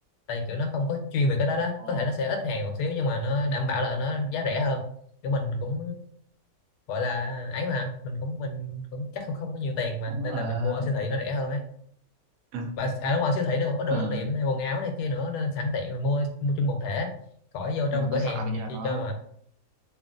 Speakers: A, on the left; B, on the right.
A: tại vì kiểu nó không có chuyên về cái đó đó
B: Ờ,
A: có thể nó sẽ ít hàng một xíu nhưng mà nó đảm bảo là nó giá rẻ hơn kiểu mình cũng gọi là ấy mà mình cũng mình cũng chắc không không có nhiều tiền mà
B: cũng
A: nên
B: là
A: là mình mua ở siêu thị nó rẻ hơn ấy
B: <laughs>
A: và à, đúng rồi siêu thị nó còn có đồ
B: ờ,
A: lưu niệm này quần áo này kia nữa nên sẵn tiện là mua mua chung một thể khỏi vô trong
B: nhưng mà
A: cửa
B: tôi
A: hàng
B: sợ cái như là
A: chi
B: nó
A: cho mà